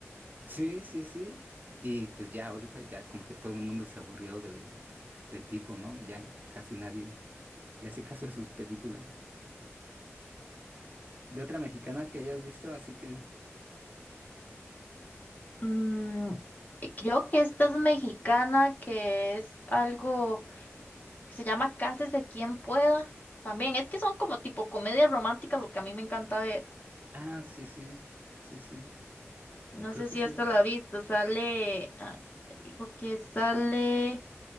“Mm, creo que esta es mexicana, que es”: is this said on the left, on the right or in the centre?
Left